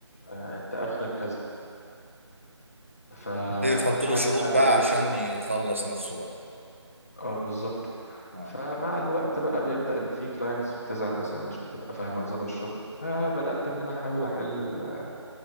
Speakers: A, on the left; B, on the right.
A: آه، انت اخرك كذا فبعد
B: تبتدي تحط له شروط
A: التعديلين
B: بقى عشان
A: دول
B: يخلص نفسه بقى
A: اه بالظبط
B: آه.
A: فمع الوقت بقى بيبدأ ان في كلاينتس بتزعل مثلا مش بتبقى فاهمة نظام الشغل فبدأت ان انا احاول احل ال-